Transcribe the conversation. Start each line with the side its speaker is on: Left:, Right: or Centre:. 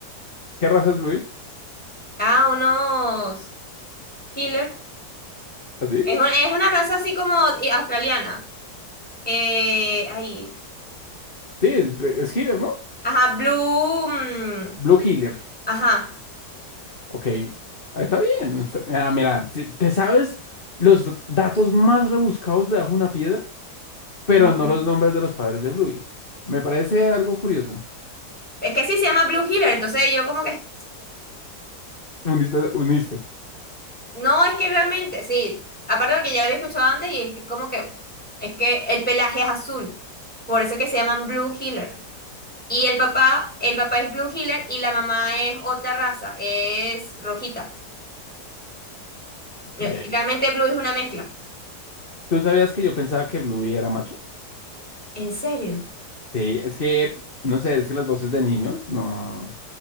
Left: <laughs> ¿Qué raza es Blue?
Centre: Ah, unos Hiller.
Left: ¿Así?
Centre: Es, un- es una raza así como y- australiana. Eh, ahí.
Left: Sí, es es healer, ¿no?
Centre: Ajá, Blue. mm,
Left: Blue Healer.
Centre: ajá.
Left: Ok, está bien. está- Ah, mira, si- te sabes los d- datos más rebuscados de Bajo una Piedra, pero
Centre: Mm.
Left: no los nombres de los padres de Bluey. Me parece algo curioso.
Centre: Es que sí se llama Blue Healer. entonces yo como que.
Left: Uniste, uniste.
Centre: No, es que realmente, sí. Aparte de que ya había escuchado antes, y es que como que es que el pelaje es azul. Por eso es que se llaman Blue Heeler. Y el papá, el papá es Blue Heeler y la mamá es otra raza, es rojita.
Left: Ok.
Centre: Y Realmente Blue es una mezcla.
Left: ¿Tú sabías que yo pensaba que Bluey era macho?
Centre: ¿En serio?
Left: Sí, es que, no sé, es que las voces de niños no,